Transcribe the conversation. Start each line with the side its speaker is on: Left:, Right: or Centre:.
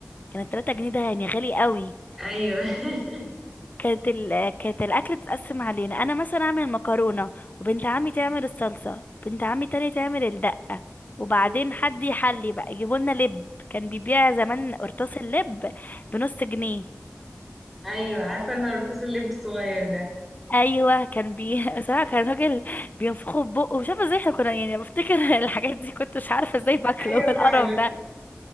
Left: كان التلاتة جنيه ده يعني غالي قوي
Centre: ايوه <laughs>
Left: كانت ال... كانت الاكل تتقسم علينا انا مثلا اعمل مكرونه وبنت عمي تعمل الصلصه بنت عمي تاني تعمل الدقه وبعدين
Centre: ايوه
Left: حد يحلي بقى يجيبوا لنا لب كان بيبيع زمان قرطاس اللب بنص جنيه
Centre: ايوه عارفة انا القرطاس اللب الصغير ده
Left: ايوه كان بي <laughs> صراحه كان راجل بينفخه في بقه مش عارفه ازاي احنا كنا يعني بفتكر <laughs> الحاجات دي كنت مش عارفه ازاي باكله
Centre: ايوه
Left: <laughs> القرف
Centre: فعلا
Left: ده